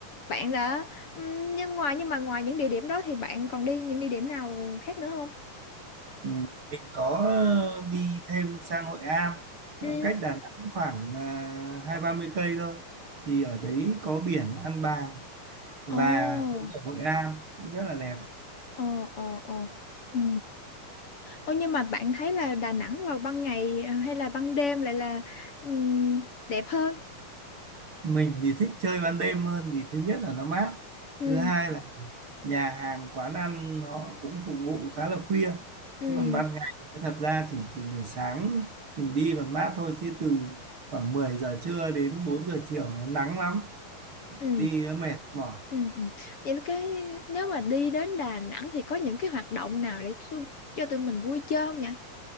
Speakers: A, on the left; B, on the right.
A: bạn đã ừ, nhưng ngoài nhưng mà ngoài những địa điểm đó thì bạn còn đi những địa điểm nào khác nữa không?
B: ừ. mình có đi thêm sang Hội Am nó
A: Ừ.
B: cách Đà Nẵng khoảng à, hai ba mươi cây thôi thì ở đấy có biển An Bàng và
A: Ồ,
B: cũng có Hội Am cũng rất là đẹp
A: ồ, ồ, ồ. Ừ. Ồ, nhưng mà bạn thấy là Đà Nẵng vào ban ngày à, hay là ban đêm lại là ừ, đẹp hơn?
B: mình thì thích chơi ban đêm hơn vì thứ nhất là nó mát
A: Ừ,
B: thứ hai là nhà hàng quán ăn họ cũng phục vụ khá là khuya
A: ừ,
B: chứ còn ban ngày thật ra chỉ trừ buổi sáng mình đi còn mát thôi chứ từ khoảng 10 giờ trưa đến 4 giờ chiều nó nắng lắm
A: ừ.
B: đi nó mệt mỏi
A: Ừ, ừ. Vậy là cái nếu mà đi đến Đà Nẵng thì có những cái hoạt động nào để cho, cho tụi mình vui chơi không nhỉ?